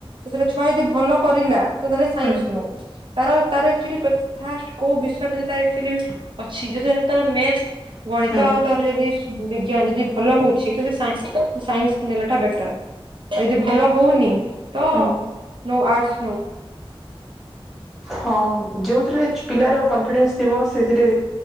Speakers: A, on the right; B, in the centre.
A: ସେଟା ଛୁଆ ଯଦି ଭଲ କରିଲା ତ ତାହେଲେ ସାଇନ୍ସ
B: ହୁଁ
A: ନଉ ତାର -ତାର ଆକ୍ଚୁଲି ଫାଷ୍ଟ୍ କଉ ବିଷୟ ତାର ଏକ୍ଚୁଲି ଅଛି ଯାଦ୍ୱାରା ତାର ନେକ୍ସଟ୍ ଗଣିତ
B: ହୁଁ
A: ଆଉ ତାର ଯଦି ବିଜ୍ଞାନ ଯଦି ଭଲ ହଉଚି ତ ସାଇନ୍ସି- ସାଇନ୍ସି ନେଲାଟା ବେଟର୍। ଆଉ ଯଦି ଭଲ ହଉନି ତ
B: ହୁଁ
A: ନଉ ଆର୍ଟ୍ସ ନଉ।
B: ହଁ ଯଉଥିରେ ପିଲାର କନଫିଡେନ୍ସ୍ ଥିବ ସେଇଥିରେ